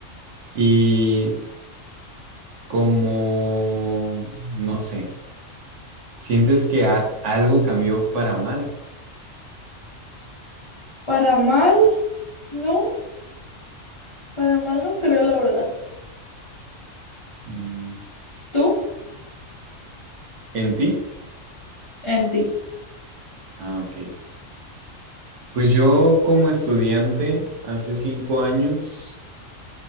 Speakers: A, on the right; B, on the left.
A: Y como, no sé, sientes que a- algo cambió para mal,
B: Para mal, no, para mal no creo, la verdad.
A: mm,
B: Tú
A: en ti.
B: en ti.
A: Ah, ok. Pues yo como estudiante hace cinco años,